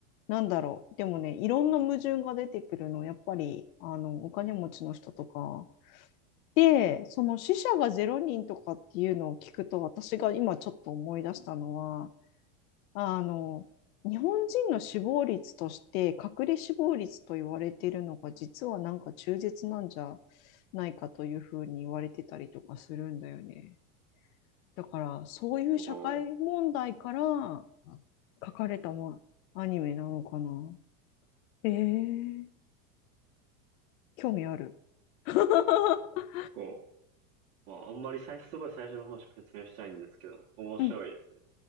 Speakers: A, on the left; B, on the right.
A: なんだろう、でもね、いろんな矛盾が出てくるの、やっぱり、あの、お金持ちの人とか。で、その死者がゼロ人とかっていうのを聞くと、私が今ちょっと思い出したのは、あの、日本人の死亡率として、隠れ死亡率と言われているのが、実はなんか中絶なんじゃないかというふうに言われてたりとかするんだよね。だから、そういう社会問題から
B: ああ、
A: 書かれた、ま、アニメなのかな。えー、興味ある。<laughs>
B: 結構、まああんまり最初、すごい最初の方しか説明したいんですけど、面白いですね。
A: うん。